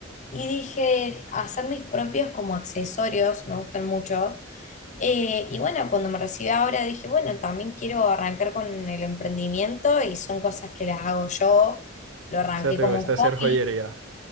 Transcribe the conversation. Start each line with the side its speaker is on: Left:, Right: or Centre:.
Left: Y dije, hacer mis propios como accesorios, me gustan mucho, eh, y bueno, cuando me recibí ahora dije, bueno, también quiero arrancar con el emprendimiento y son cosas que las hago yo. Lo arranqué
Right: O sea, te
Left: como
Right: gusta
Left: un
Right: hacer
Left: hobby,
Right: joyería.